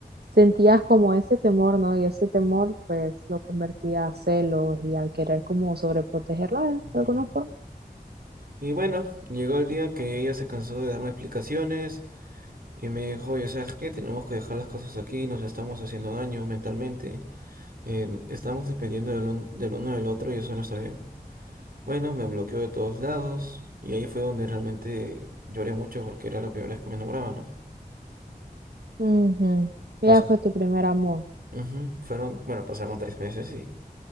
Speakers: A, on the right (about 80°); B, on the right (about 65°).
A: sentías como ese temor, ¿no? Y ese temor pues lo convertía a celos y al querer como sobreprotegerla
B: Ujú.
A: de alguna forma.
B: Y bueno, llegó el día que ella se cansó de darme explicaciones y me dijo, oye, ¿sabes qué? Tenemos que dejar las cosas aquí, nos estamos haciendo daño mentalmente, eh, estamos dependiendo del, un- del uno del otro y eso no está bien. Bueno, me bloqueó de todos lados y ahí fue donde realmente lloré mucho porque era la primera vez que me enamoraba, ¿no?
A: Ujú. Ella
B: Pasó.
A: fue tu primer amor.
B: Ujú, Fueron, bueno, pasaron tres meses y